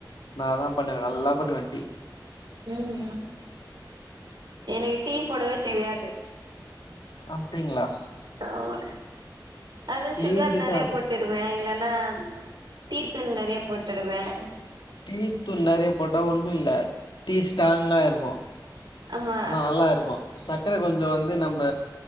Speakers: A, on the left; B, on the right.
A: நா தா பண்ணுவே நல்லா பண்ணுவே டீ
B: ம் ம் எனக்கு டீ போடவே தெரியாது
A: அப்டிங்களா
B: ஆமா அது ஷுகர்
A: ஈஸி
B: நெறையா
A: தா அது
B: போட்டுடுவே இல்லன் னா டீத்தூள் நறயா போட்டுடுவே அ
A: டீத்தூள் நறையா போட்டா ஒண்ணுல்ல டீ ஸ்டாங்கா இருக்கு
B: ஆமா
A: அனா நல்லா இருக்கு சக்கர கொஞ்சோ வந்து நம்ப